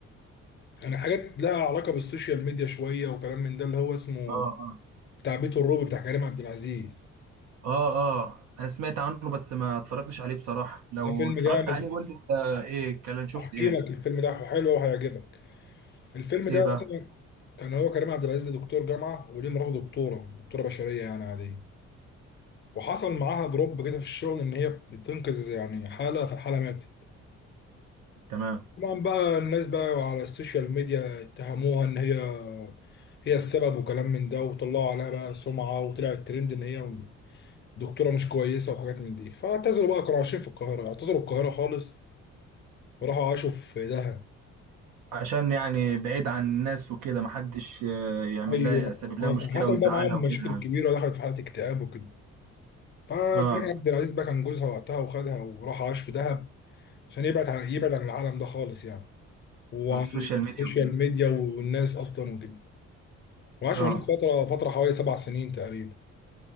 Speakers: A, on the left; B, on the right.
A: عن حاجات لها علاقه بالسوشيال ميديا شويه وكلام من ده اللي هو اسمه
B: اه اه
A: بتاع بيت الروبي بتاع كريم عبد العزيز
B: اه اه انا سمعت عنه بس ما اتفرجتش عليه بصراحة لو
A: ده فيلم
B: اتفرجت
A: جامد
B: عليه قول لي انت ايه كان شفت
A: احكي
B: ايه
A: لك الفيلم ده حلو وهيعجبك الفيلم ده
B: ايه بقى
A: مثلا كان هو كريم عبد العزيز ده دكتور جامعه وليه مراته دكتوره دكتوره بشريه يعني عاديه وحصل معاها دروب كده في الشغل ان هي بتنقذ يعني حاله فالحاله ماتت
B: تمام
A: طبعا بقى الناس بقى على السوشيال ميديا اتهموها ان هي هي السبب وكلام من ده وطلعوا عليها بقى سمعة وطلع الترند ان هي دكتورة مش كويسة وحاجات من دي فاعتزلوا بقى كانوا عايشين في القاهرة اعتزلوا القاهرة خالص وراحوا عاشوا في دهب
B: عشان يعني بعيد عن الناس وكده محدش آه، يعمل
A: ايوه
B: لها يسبب لها
A: آه،
B: مشكلة
A: كان حصل
B: ويزعلها
A: بقى معاهم
B: وكده
A: مشاكل
B: يعني
A: كبيرة دخلت في حالة اكتئاب وكده فكريم
B: اه
A: عبد العزيز بقى كان جوزها وقتها وخدها وراح عاش في دهب عشان يبعد عن يبعد عن العالم ده خالص يعني وعن
B: في السوشيال ميديا
A: السوشيال
B: وكده
A: ميديا والناس اصلا وكده وعاشوا
B: اه
A: هناك فترة فترة حوالي سبع سنين تقريبا